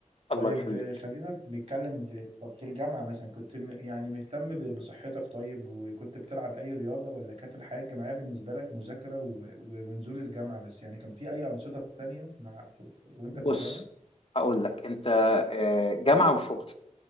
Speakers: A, on the left; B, on the right.
A: الله
B: طيب
A: يخليك
B: خلينا نتكلم في طب في الجامعة مثلا كنت م- يعني مهتم ب- بصحتك طيب وكنت بتلعب أي رياضة ولا كانت الحياة الجامعية بالنسبة لك مذاكرة و- و- ونزول الجامعة بس يعني كان في أي أنشطة تانية مع في في- وأنت
A: بص
B: في الجامعة؟
A: هقول لك انت آه، جامعة وشغل